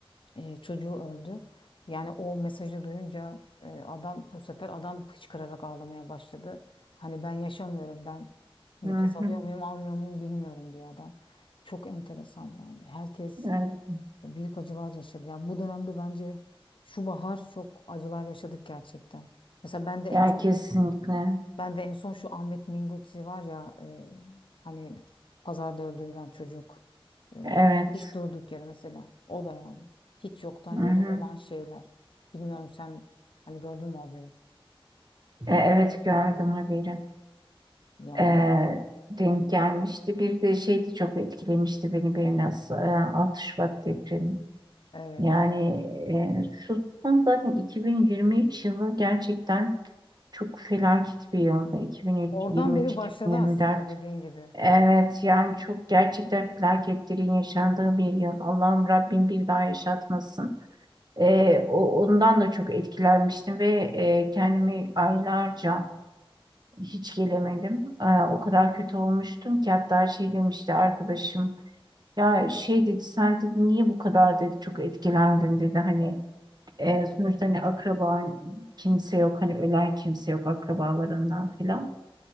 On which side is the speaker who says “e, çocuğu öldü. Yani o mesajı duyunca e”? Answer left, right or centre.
Left